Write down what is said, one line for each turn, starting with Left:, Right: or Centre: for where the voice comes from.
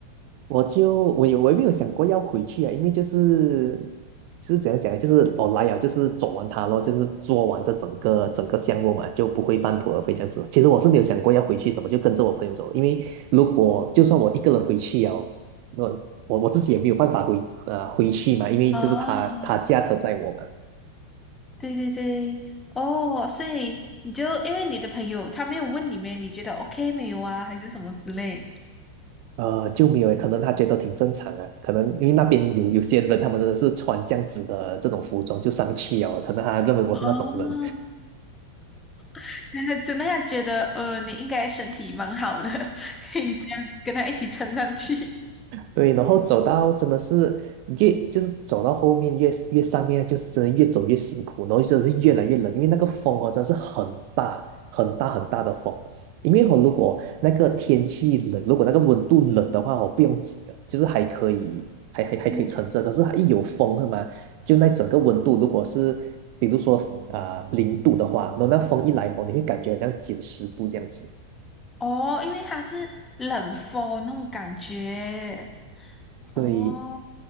Right: 我就我有我也没有想过要回去啊，因为就是就是怎样讲呢，就是我来了就是走完它咯，就是做完这整个整个项目嘛，就不会半途而废这样子。其实我是没有想过要回去什么，就跟着我朋友走，因为如果就算我一个人回去了，我我我自己也没有办法回呃回去嘛，因为就是他他驾车载我嘛。
Left: 啊，对对对，哦，所以你就因为你的朋友他没有问你们，你觉得 OK 没有啊，还是什么之类，
Right: 呃，就没有诶可能他觉得挺正常啊，可能因为那边有有些人，他们真的是穿这样子的这种服装就上去了，可能他认为我是那种人。
Left: 哦，<laughs> 真的要觉得呃，你应该身体蛮好的，<laughs> 可以这样跟他一起撑上去。
Right: 对，然后走到真的是越就是走到后面越越上面，就是真的越走越辛苦，然后真的是越来越冷，因为那个风哦真的是很大很大很大的风。因为我如果那个天气冷，如果那个温度冷的话哦，我不用紧的，就是还可以还还还可以撑着。
Left: 嗯，
Right: 可是它一有风是吗？就那整个温度，如果是比如说啊零、度的话，然后那风一来哦，你会感觉好像减十度这样子。
Left: <laughs> 哦，因为他是冷风那种感觉。
Right: 对，
Left: 哦